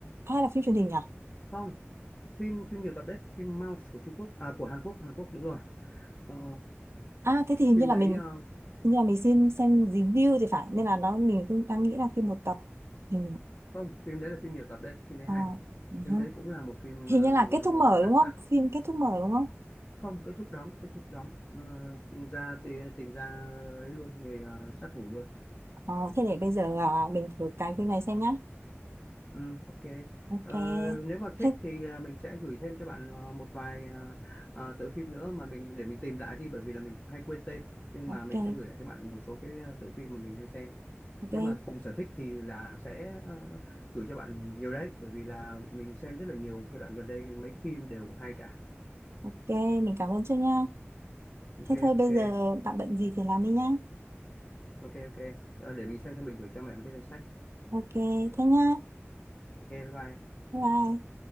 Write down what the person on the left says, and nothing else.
không phim phim nhiều tập đấy phim Mouse của Trung Quốc à của Hàn Quốc Hàn Quốc đúng rồi Ờ,
phim
đấy
ờ,
không phim đấy là phim nhiều tập đấy phim đấy
hay
phim
đấy cũng là một phim
ờ,
đặc
sắc
không kết thúc đóng kết thúc đóng Ờ, ra thì tìm ra ấy luôn người ờ, sát thủ luôn
Ừ, ok.
Ờ, nếu mà thích
thì à, mình sẽ gửi thêm cho bạn à, một vài à, à, tựa phim nữa mà mình để mình tìm lại đi bởi vì là mình hay quên tên nhưng
mà mình sẽ gửi lại cho bạn một số cái à, tựa phim mà mình hay xem.
Nếu mà cùng sở thích thì là sẽ ờ, gửi cho bạn nhiều đấy bởi vì là mình xem rất là nhiều cái đoạn gần đây mấy cái phim đều hay cả.
Ok
ok
ok ok. Ờ, để mình xem xong mình gửi cho mẹ một cái danh sách.
Ok bye bye.